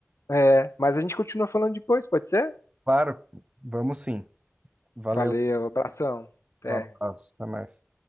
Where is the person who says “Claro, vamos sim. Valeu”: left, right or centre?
Right